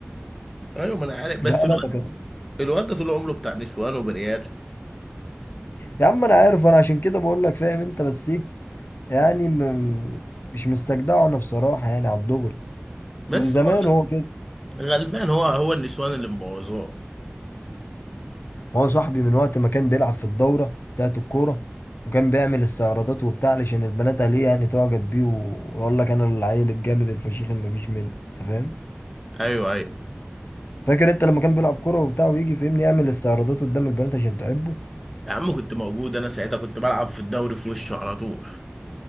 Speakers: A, in the centre; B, on the left.
A: ايوه ما انا عارف
B: لا
A: بس الواد
B: لا ده كده
A: الواد ده طول عمره بتاع نسوان وبرياله
B: يا عم انا عارف انا عشان كده بقول لك فاهم انت بس ايه يعني م... مش مستجدعه انا بصراحه يعني على الدغري
A: بس
B: من زمان
A: هو
B: هو كده
A: غلبان هو هو النسوان اللي مبوظاه
B: هو صاحبي من وقت ما كان بيلعب في الدوره بتاعت الكوره وكان بيعمل استعراضات وبتاع علشان البنات عليه يعني تعجب بيه و- ويقول لك انا العيل الجامد الفشيخ اللي مفيش منه انت فاهم
A: ايوه ايوه
B: فاكر انت لما كان بيلعب كوره وبتاع ويجي فهمني يعمل استعراضات قدام البنات عشان تعبه
A: يا عم كنت موجود انا ساعتها كنت بلعب في الدوري في وشه على طول